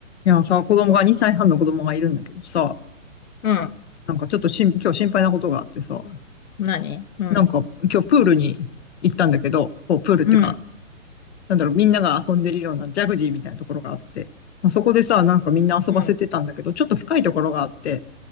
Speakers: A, on the left (about 55°); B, on the left (about 90°).
A: いやさ、子供が、2歳半の子供がいるんだけどさ、
B: うん。
A: なんかちょっとしん、今日心配なことがあってさ、
B: 何うん。
A: なんか今日プールに行ったんだけど、こうプールっていうか、
B: うん。
A: なんだろう、みんなが遊んでるようなジャグジーみたいなところがあって、まあ、そこでさ、なんかみんな遊ばせてたんだけど、
B: うん。うん。
A: ちょっと深いところがあって、